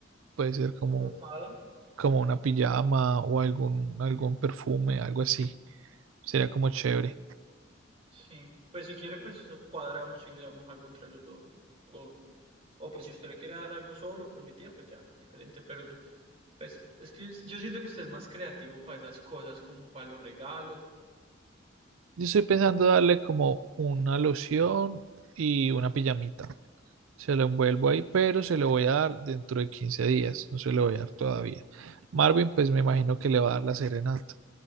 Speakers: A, on the right; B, on the right.
A: Puede ser
B: ¿Usted
A: como,
B: qué ha pensado?
A: como una pijama o algún, algún perfume, algo así. Sería como chévere.
B: Sí, pues si quiere pues cuadramos y le damos algo entre los dos. O O pues si usted le quiere dar algo solo con mi tía, pues ya, diferente. Pero yo- pues es que yo siento que usted es más creativo para esas cosas, como para los regalos.
A: Yo estoy pensando darle como una loción y una pijamita. Se lo envuelvo ahí, pero se lo voy a dar dentro de 15 días, no se lo voy a dar todavía. Marvin, pues me imagino que le va a dar la serenata.